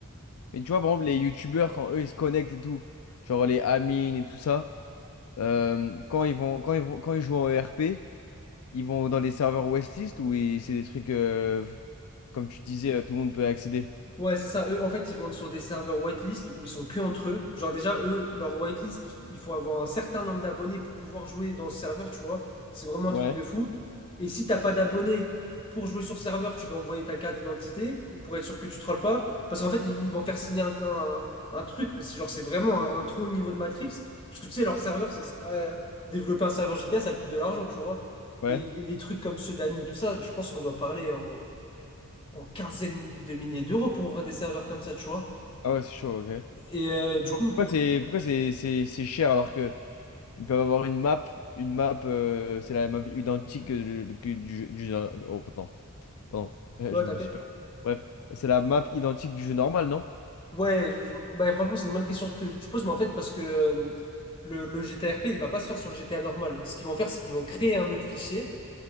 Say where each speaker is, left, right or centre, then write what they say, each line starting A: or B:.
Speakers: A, on the left; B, on the left.
A: Mais tu vois par exemple les youtubeurs quand eux ils se connectent et tout, genre les Amine et tout ça, euh, quand ils vont quand ils vont quand ils jouent en E R p ils vont dans des serveurs Westlist ou ils- c'est des trucs euh, comme tu disais euh, tout le monde peut accéder.
B: Ouais, c'est ça. Eux, en fait, ils vont sur des serveurs whitelist où ils sont que entre eux. Genre, déjà, eux, leur whitelist, il faut avoir un certain nombre d'abonnés pour pouvoir jouer dans ce serveur, tu vois. C'est vraiment
A: Ouais.
B: un truc de fou. Et si t'as pas d'abonnés pour jouer sur serveur, tu dois envoyer ta carte d'identité pour être sûr que tu trolles pas. Parce qu'en fait, ils, ils vont faire signer un, un- un truc, mais c'est genre, c'est vraiment un, un trop haut niveau de Matrix. Parce que tu sais, leur serveur, ça- ça- euh, développer un serveur GTA, ça coûte de l'argent, tu vois.
A: Ouais.
B: Et les, les trucs comme ceux d'Amine, tout ça, je pense qu'on doit parler en en quinzaine de milliers d'euros pour ouvrir des serveurs comme ça, tu vois.
A: Ah ouais, c'est chaud, OK.
B: Et euh, du
A: Pourquoi
B: coup, p-
A: c'est pourquoi c'est c'est c'est cher alors que Ils peuvent avoir une map, une map, euh, c'est la map identique que, que du jeu, du jeu- Oh, pardon, pardon, euh,
B: Ouais,
A: je
B: t'inquiète.
A: me suis pas... Bref, c'est la map identique du jeu normal, non?
B: ouais, je- bah, franchement, c'est une bonne question que tu poses, mais en fait, parce que euh, le, le GTRP, il va pas se faire sur le GTA normal. Ce qu'ils vont faire, c'est qu'ils vont créer un autre fichier.